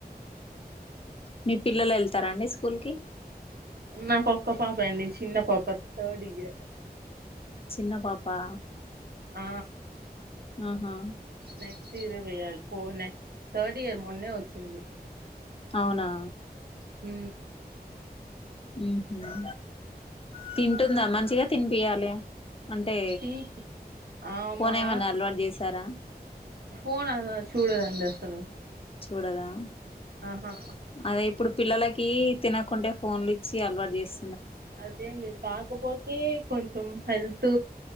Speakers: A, on the left (about 35°); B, on the right (about 75°).
A: మీ పిల్లలు ఎళ్తారండి స్కూల్కి
B: నాకొక పాప ఎ అండి చిన్న పాప థర్డ్ ఇయర్
A: చిన్న పాపా
B: ఆ
A: ఆహా
B: నెక్స్ట్ ఇయర్ వెయాలి పో నె థర్డ్ ఇయర్ మొన్నే వచ్చింది
A: అవునా
B: హు
A: ఉహ తింటుంద మంచిగా తినిపియాలే అంటే
B: టీ ఆమా
A: ఫోన్ ఏమన్న అలవాటు చేసార
B: ఫోన్ చూడదండి అసలు
A: చూడదా
B: ఆహా
A: అదే ఇప్పుడు పిల్లలకి తినకుంటే ఫోన్లు ఇచ్చి అలవాటు చేస్
B: అదేంలేదు కాకపొతే కొంచెం హెల్త్